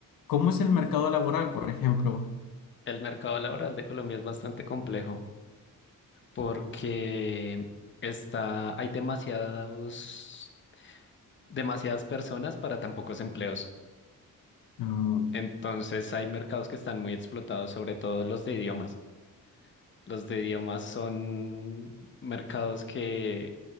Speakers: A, on the left; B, on the left.
A: ¿cómo es el mercado laboral, por ejemplo?
B: El mercado laboral de Colombia es bastante complejo porque está, hay demasiados, demasiadas personas para tan pocos empleos.
A: Ah,
B: Entonces hay mercados que están muy explotados, sobre todo los de idiomas. Los de idiomas son mercados que